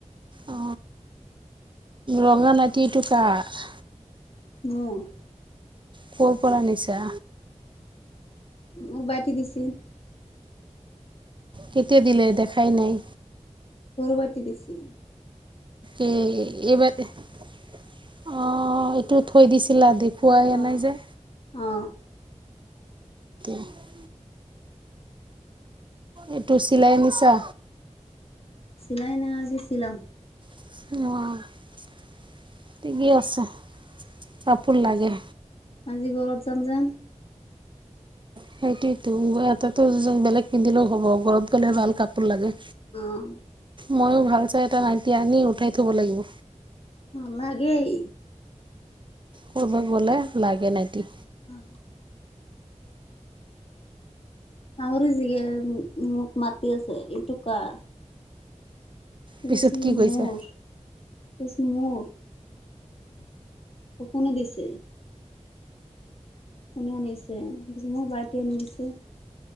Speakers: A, on the right; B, on the left.
A: অ, ৰঙা নাইটিটো কাৰ।
B: মোৰ।
A: কৰ পৰা আনিছা।
B: উম, বাইতি দিছিল।
A: কেতিয়া দিলে দেখাই নাই।
B: গৰবতি দিছিল।
A: এ এইবাৰ অ, এইটো থৈ দিছিল আ দে খোৱাইে
B: অ
A: নাই যে
B: অ
A: <unintelligible> এটো চিলাই আনিছা?
B: নাই নাই আজি চিলাম।
A: অ'। ঠিকেই আছে কাপোৰ লাগে।
B: আজি ঘৰত যাম যে।
A: সেইটোতো ইয়াতেতো বেলেগ পিন্ধিলেও হ'ব ঘৰত গ'লে ভাল কাপোৰ লাগে।
B: অ'।
A: ময়ও ভাল চাই এটা নাইটি আনি উঠাই থব লাগিব।
B: উম লাগৈ।
A: কৰবাত গ'লে লাগে নাইতি।
B: অ'। শাহুৰী জিয়ে মোক মাতি আছে এইটো কাৰ। <unintelligible>
A: পিছত কি কৈছা
B: কোনে দিছে? কোনে আনিছে <unintelligible> আনি দিছে